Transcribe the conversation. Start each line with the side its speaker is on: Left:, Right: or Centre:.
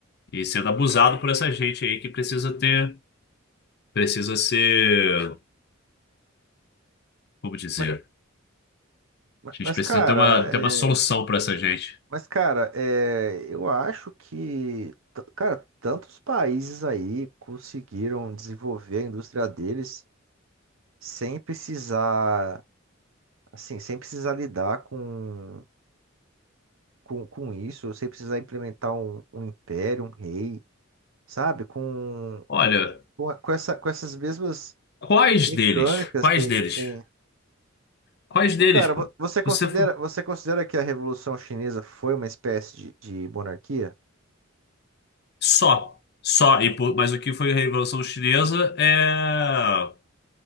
Left: E sendo abusado por essa gente aí que precisa ter, precisa ser, como dizer?
Right: Mas, mas,
Left: A
Right: mas,
Left: gente precisa
Right: cara,
Left: ter uma, ter
Right: é,
Left: uma solução pra essa gente.
Right: Mas, cara, é, eu acho que, t- cara, tantos países aí conseguiram desenvolver a indústria deles sem precisar, assim, sem precisar lidar com, com, com isso, sem precisar implementar um, um império, um rei, sabe? Com,
Left: Olha,
Right: com, a- com essa, com essas mesmas
Left: quais
Right: mecânicas
Left: deles? Quais
Right: que a gente
Left: deles?
Right: tem.
Left: Quais deles,
Right: Pô, Cara,
Left: pô?
Right: vo- você considera,
Left: Você foi...
Right: você considera que a Revolução Chinesa foi uma espécie de de monarquia?
Left: Só. Só. E por... Mas o que foi a Revolução Chinesa é.